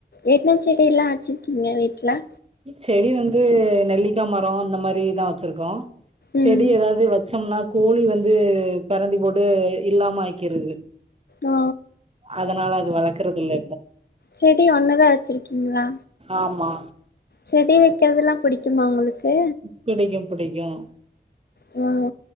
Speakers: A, on the left; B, on the right.
A: என்ன செடி ல்லாம் வச்சிருக்கீங்க வீட்ல
B: செடி வந்து நெல்லிக்கா மரோ இந்த மாதிரிதா வச்சிருக்கோ
A: ம்
B: செடி ஏதாவ்து வச் ச்சோம்னா கோழி வந்து பரண்டி போட்டு இல்லாம ஆக்கிற்து
A: ஓ
B: அதனால அது வளக்குறதுல்ல
A: செடி ஒண்ணுதா வச்சிருக்கீங்களா
B: ஆமா
A: செடி வெக்கிறதெல்லாம் புடிக்குமா உங்களுக்கு
B: புடிக்கு புடிக்கும்
A: ஆ